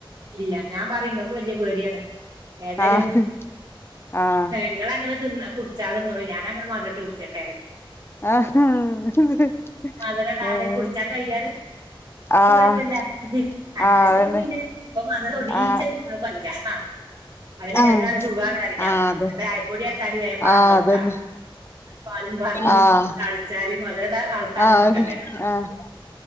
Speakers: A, on the right; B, on the left.
A: ഇല്ല ഞാൻ പറയും നിങ്ങക്ക് വലിയ പേടിയണേ ഏതാലും
B: ആഹ് ആഹ്
A: ഇങ്ങള് അങ്ങനെ തിന്ന ച്ചാറൊന്നും ഇവിടെ ഞാനങ്ങനെ മധുരം ഇട്ട് കുടിച്ചട്ടെറെയി
B: ആഹ്
A: മധുരം ഇടാതെ
B: ഉം
A: കുടിച്ചാൻ കഴിയാതെ -
B: ആഹ്
A: കൊഴപ്പല്ല അങ്ങനെല്ലും
B: ആഹ് അതന്നെ
A: പിന്നെ ഇപ്പം അത് തൊടിച്ച്
B: ആഹ്
A: പ <unintelligible> റൂല <unintelligible> അവന്
B: ആഹ്
A: വേഗ
B: ആഹ്
A: <unintelligible> സുഖാണ് കറിഞ്ഞാ
B: ആഹ് അതെ
A: എന്തായപ്പൊടിാട്ടാലും വേ <unintelligible> പാർന്നു
B: ആഹ്
A: കൊടുക്ക
B: അതന്നെ
A: പാലും പാർന്നു
B: ആഹ്
A: കഴിച്ചാലും മതര <unintelligible> ണ്ടാ ക്കാന
B: ആഹ്
A: നിക്കണ്ടല്ലോ
B: ആഹ്